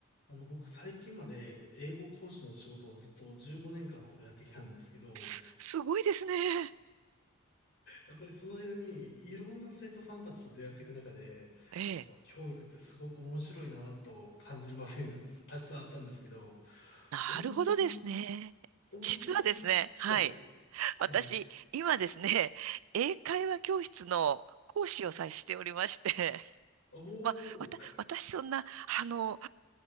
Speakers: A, on the left; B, on the right.
A: あの、僕、最近まで英語講師の仕事をずっと15年間ほどやってきたんですけど、
B: す、すごいですね。
A: やっぱりその間にいろんな生徒さんたちと出会っていく中で、
B: ええ。
A: やっぱ教育ってすごく面白いなと感じる場面がたくさんあったんですけど、
B: なるほどですね。
A: 大貫さんの、大貫さんは、
B: 実はですね、
A: はい、
B: はい。私、
A: あ、どうぞ。
B: 今ですね、英会話教室の講師をさえしておりまして、
A: おお、
B: まあ、わた、私そんな、あの、